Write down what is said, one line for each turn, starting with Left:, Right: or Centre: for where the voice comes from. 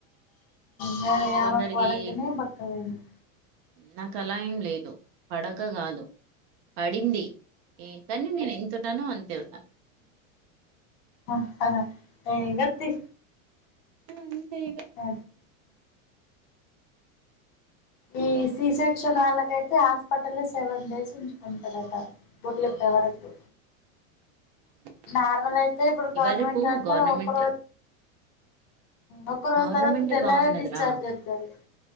Left: వఇగ
Right: కొందరికి
Left: ఆమెకు పడకనేే బక్కగా అయింది
Right: నాకు అలా ఏం లేదు పడక కాదు పడింది ఏ కాని గాను అంతే ఇంక
Left: ఆ తర తరగతి
Right: అంతే ఇగ
Left: అ ఈ సి సెక్షన్ వాళ్లకయి హాస్పిటల్ లో సెవెన్ డేస్ ఉంచుకుంటారట కుట్లు
Right: అవును
Left: ఇప్పేవరకు
Right: అవును
Left: నార్మల్ అయితే ఇప్పుడు గవర్నమెంట్
Right: ఇవాళ రేపు
Left: దాంట్లో
Right: గవర్నమెంటే
Left: ఒకరు ఒక్క రోజు
Right: గవర్నమెంటే
Left: తర్వాత తెల్లాల
Right: బాగున్నదిరా
Left: డిశ్చార్జ్ చేస్తారు